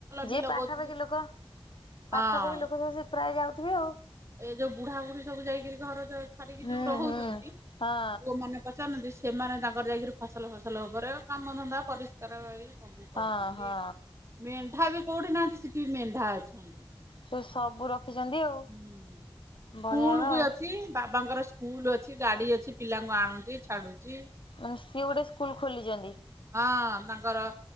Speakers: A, on the left (about 85°); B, on the right (about 35°).
A: ଯିଏ
B: ବି ଲଗଉଛନ୍ତି
A: ପାଖାପାଖି ଲୋକ
B: ହଁ
A: ପାଖାପାଖି ଲୋକ ସବୁ ସେ ରହି ଯାଉଥିବେ ଆଉ।
B: ଏ ଯୋଉ ବୁଢା ବୁଢ଼ୀ ସବୁ ଯାଇକିରି ଘର ଯୋଉ ଛାଡିକି
A: ହୁଁ
B: ଯୋଉ ରହୁଛନ୍ତି
A: ହୁଁ ହଁ
B: ପୁଅମାନେ। ପଚାରୁନାନ୍ତି ସେମାନେ ତାଙ୍କର ଯାଇକିରି ଫସଲ ଫସଲ ଉପରେ କାମଧନ୍ଦା ପରିଷ୍କାର। ସବୁ
A: ହଁ
B: କରୁଛନ୍ତି
A: ହଁ।
B: ମେଣ୍ଢା ବି କେଉଁଠି ନାହାଁନ୍ତି ସିଠି ବି ମେଣ୍ଢା ଅଛନ୍ତି।
A: ସେ ସବୁ ର ରଖିଛନ୍ତି ଆଉ।
B: ହୁଁ ସ୍କୁଲ
A: ବଳିଆବା
B: ବି
A: ଆଉ
B: ଅଛି ବାବାଙ୍କର। ସ୍କୁଲ ଅଛି ଗାଡି ଅଛି ପିଲାଙ୍କୁ ଆଣୁଛି ଛାଡୁଛି।
A: ମାନେ ସିଏ ଗୋଟେ ସ୍କୁଲ୍ ଖୋଲିଛନ୍ତି।
B: ହଁ ତାଙ୍କର।